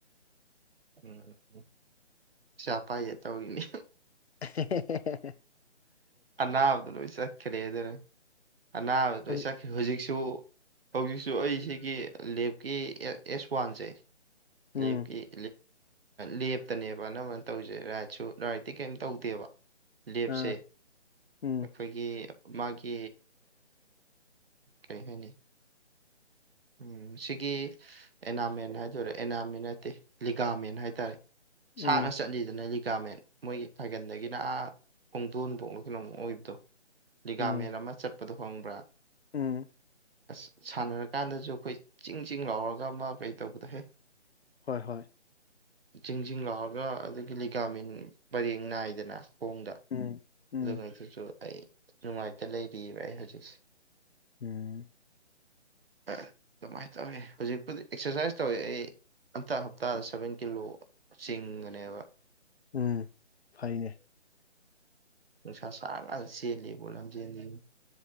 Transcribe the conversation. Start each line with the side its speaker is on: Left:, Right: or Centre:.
Right: ꯎꯝ ꯆꯥꯄ ꯌꯥ ꯇꯅꯦ
Left: inaudible
Right: ꯑꯅꯥꯕꯗꯨ ꯂꯣꯏ ꯆꯠꯈ꯭ꯔꯦ ꯑꯗꯨꯅ ꯑꯅꯥꯕꯗ
Left: ꯍꯧꯖꯤꯛ
Right: ꯂꯣꯏ ꯆꯠꯈ꯭ꯔꯦ ꯍꯧꯖꯤꯛꯁꯨ ꯍꯧꯖꯤꯛꯁꯨ ꯑꯩꯁꯤꯒꯤ ꯂꯦꯞꯀꯤ ꯑꯦꯁ ꯋꯥꯟꯁꯦ
Left: ꯎꯝ
Right: ꯂꯞꯀꯤꯞ ꯂꯦꯞꯇꯅꯦꯕ ꯑꯅꯝꯕꯅ ꯇꯧꯔꯤꯁꯦ ꯔꯥꯏꯠꯁꯨ ꯔꯥꯏꯠꯇꯇꯤ ꯀꯩꯝ ꯇꯧꯗꯦꯕ ꯂꯦꯞꯁꯦ
Left: ꯑꯥ ꯎꯝ
Right: ꯑꯩꯒꯤ ꯃꯥꯒꯤ ꯀꯔꯤ ꯍꯥꯏꯅꯤ ꯎꯝ ꯁꯤꯒꯤ ꯑꯦꯅꯥꯃꯦꯟ ꯍꯥꯏꯗꯔꯦ ꯑꯦꯅꯥꯃꯦꯟ ꯅꯠꯇꯦ ꯂꯤꯒꯥꯃꯦꯟ ꯍꯥꯏꯇꯥꯔꯦ ꯁꯅ
Left: ꯎꯝ
Right: ꯆꯠꯂꯤꯗꯅ ꯒꯥꯃꯦꯟ ꯃꯣꯏꯒꯤ ꯊꯥꯏꯒꯜꯗꯒꯤꯅ ꯑꯥ ꯈꯣꯡꯗꯣꯟꯕꯣꯛ ꯗ ꯂꯤꯒꯥꯥ
Left: ꯎꯝ
Right: ꯃꯦꯔ ꯑꯃ ꯆꯠꯄ ꯆꯄꯗꯣ ꯍꯣꯡꯕ꯭ꯔꯥ
Left: ꯎꯝ
Right: ꯑꯁ ꯁꯥꯟꯅꯔꯀꯥꯟꯗꯁꯨ ꯑꯩꯈꯣꯏ ꯆꯤꯡ ꯆꯤꯡ ꯂꯥꯎꯔꯒ ꯃꯥ ꯀꯩ ꯇꯧꯕꯗꯍꯦ
Left: ꯍꯣꯏ ꯍꯣꯏ
Right: ꯆꯤꯡꯖꯤꯡ ꯂꯥꯎꯔꯒ ꯑꯗꯨꯗꯒꯤ ꯂꯤꯒꯥꯃꯤꯟ ꯄꯔꯦꯡ ꯅꯥꯏꯗꯅ ꯍꯣꯡꯗ
Left: ꯎꯝ ꯎꯝ
Right: ꯑꯗꯨꯉꯥꯏꯗꫭ ꯑꯩ ꯅꯨꯡꯉꯥꯏꯇ ꯂꯩꯔꯤꯕ ꯕꯥꯏ ꯉꯁꯤꯁꯦ
Left: ꯎꯝ
Right: ꯑꯗꯨꯃꯥꯏꯅ ꯇꯧꯋꯤ ꯍꯧꯖꯤꯛꯄꯨꯗꯤ ꯑꯦꯛꯁꯔꯁꯥꯏꯁ ꯇꯧꯋꯤ ꯑꯩ ꯑꯝꯇꯥ ꯍꯞꯇꯥꯗ ꯁꯚꯦꯟ ꯀꯤꯂꯣ ꯆꯤꯡꯒꯅꯦꯕ
Left: ꯎꯝ ꯐꯥꯏꯅꯦ
Right: ꯅꯨꯁꯥ ꯁꯥꯔꯀꯟ ꯆꯜꯂꯤꯕꯣ ꯂꯝꯖꯦꯜ ꯆꯦꯕꯕꯨ